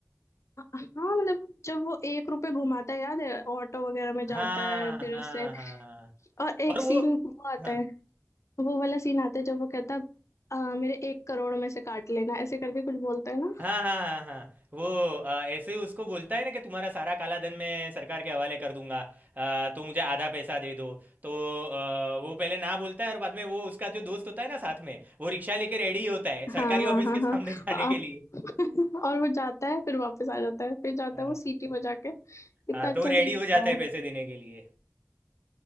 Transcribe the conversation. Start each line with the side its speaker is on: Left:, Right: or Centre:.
Left: हाँ मतलब जब वो एक रुपए घुमाता है याद है ऑटो वगैरह में जाता
Right: हाँ
Left: है फिर
Right: हाँ
Left: उसे
Right: हाँ
Left: और एक
Right: और
Left: सीन
Right: वो
Left: वो आता
Right: हाँ
Left: है तो वो वाला सीन आता है जब वो कहता है "आ, मेरे एक करोड़ में से काट लेना ऐसे करके कुछ बोलता है ना
Right: हाँ हाँ हाँ हाँ वो आ, ऐसे उसको बोलता है ना कि तुम्हारा सारा काला धन मैं सरकार के हवाले कर दूंगा आ, तो मुझे आधा पैसा दे दो तो आ, वो पहले ना बोलता है और बाद में वो उसका जो दोस्त होता है ना साथ में वो रिक्शा लेके रेडी होता है सरकारी
Left: हाँ हाँ
Right: ऑफिस
Left: हाँ
Right: के
Left: हाँ
Right: सामने
Left: हाँ
Right: जाने
Left: आ,
Right: के लिए
Left: <laughs> और वो जाता है फिर वापस आ जाता है फिर जाता
Right: हाँ
Left: है वो सीटी बजा के कितना
Right: हाँ
Left: अच्छा
Right: तो रेडी
Left: सीन
Right: हो
Left: होता
Right: जाता
Left: है वो
Right: है पैसे देने के लिए